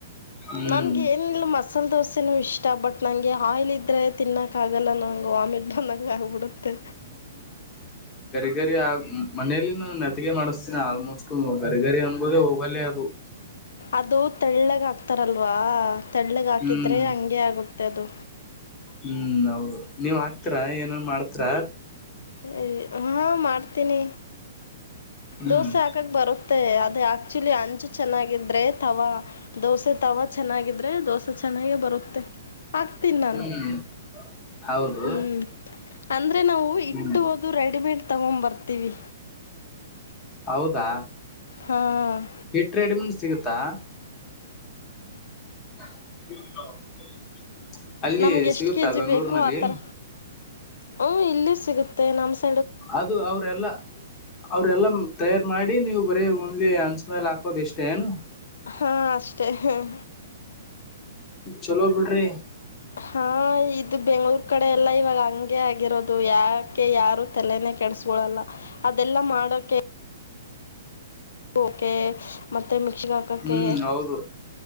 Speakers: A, on the left; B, on the left.
A: ಹ್ಮ್
B: ನನ್ಗ ಏನಿಲ್ಲ ಮಸಾಲೆ ದೋಸೆನ ಇಷ್ಟ ಬಟ್ ನಂಗೆ ಆಯಿಲ್ ಇದ್ರೆ ತಿನ್ನಕ್ ಆಗಲ್ಲ ನಾಂಗ ವಾಮಿ ಬಂದಂಗ ಆಗಬಡುತ್ತೆ
A: ರ್ಗರಿ ಆ ಮನೆಯಲ್ಲಿ ನಾನು ನೆತೆಗೆ ಮಾಡಿಸ್ತೀನ ಆಲ್ಮೋಸ್ಟ್ ಬರ್ಗರಿ ಅಂಬೋುದೇ ಹೋಗಲ್ಲೇ ಅದು
B: ಅದು ತಳ್ಳಗ ಹಾಕ್ತಾರಲ್ವಾ ತಳ್ಳಗೆ ಹಾಕಿದ್ರೆ
A: ಹ್ಮ್
B: ಹಂಗೆ ಆಗುತ್ತೆ ಅದು
A: ಹ್ಮ್ ಹೌದು ನೀವ್ ಹಾಕ್ತರ ಏನನ್ ಮಾಡ್ತ್ರ
B: <unintelligible> ಹಾ ಮಾಡ್ತೀನಿ
A: ಹ್ಮ್
B: ದೋಸೆ ಹಾಕಕ್ ಬರುತ್ತೆ ಅ ಆಕ್ಚುಲಿ ಅಂಚು ಚೆನ್ನಾಗಿದ್ರೆ ತವಾ ದೋಸೆ ತವಾ ಚೆನ್ನಾಗಿದ್ರೆ ದೋಸೆ ಚೆನ್ನಾಗೆ ಬರುತ್ತೆ ಆಗ್ತೀನಿ ನಾನು
A: ಹ್ಮ್ ಹೌದು
B: ಹ್ಮ್ ಅಂದ್ರೆ ನಾವು ಇಟ್ಟು
A: ಹ್ಮ್
B: ಹಓದು ರೆಡಿಮೇಡ್ ತಗೊ ಬರ್ತೀವಿ
A: ಹೌದಾ
B: ಹಾಂ
A: ಹಿಟ್ಟ ರೆಡಿಮನ್ ಸಿಗುತ್ತಾ <inaudible> ಅಲ್ಲಿ
B: ನಮ್ಗೆ ಎಷ್ಟ್
A: ಸಿಗುತ್ತಾ
B: ಕೆಜಿ
A: ಬೆಂಗಳೂರಿನಲ್ಲಿ
B: ಬೇಕು ಆತರ ಹ ಇಲ್ಲಿ ಸಿಗುತ್ತೆ ನಮ <unintelligible>
A: ಅದು ಅವರೆಲ್ಲ ಅವರೆಲ್ಲ <unintelligible> ತಯಾರ್ ಮಾಡಿ ನೀವ್ ಬರೀ ಒಂದಲಿ ಅನ್ಸ್ಮೇಲೆ ಹಾಕೋದ ಇಷ್ಟೇ ಏನು
B: ಹಾ ಅಷ್ಟೇ <inaudible>
A: ಚಲೋ ಬಿಡ್ರಿ
B: ಹಾ ಇದು ಬೆಂಗ್ಳೂರ್ ಕಡೆ ಎಲ್ಲ ಇವಾಗ ಹಂಗೆ ಆಗಿರೋದು ಯಾಕೆ ಯಾರು ತಲೆ <unintelligible> ತಲೆ ಕೆಡಸ್ಕೊಳ್ಳಲ್ಲ ಅದೆಲ್ಲ ಮಾಡಕೆ ಓಕೆ ಮತ್ತೆ ಮಿಕ್ಸಿಿಗೆ ಹಾಕೋಕ್ಕೆ
A: ಹ್ಮ್ ಹೌದು